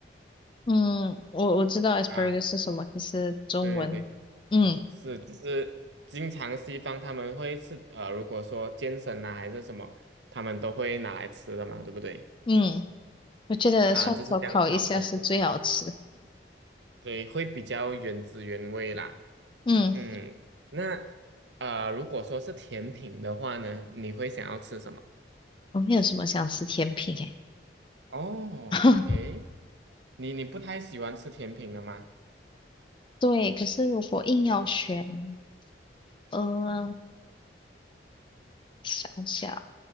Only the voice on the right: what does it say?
啊，
对对对，
是，就是经常西方他们会吃，呃，如果说健身啊还是什么，他们都会拿来吃的嘛，对不对？
啊，就是这样烤着吃。对，会比较原汁原味啦。
嗯，那呃，如果说是甜品的话呢，你会想要吃什么？
哦，OK，
你你不太喜欢吃甜品了吗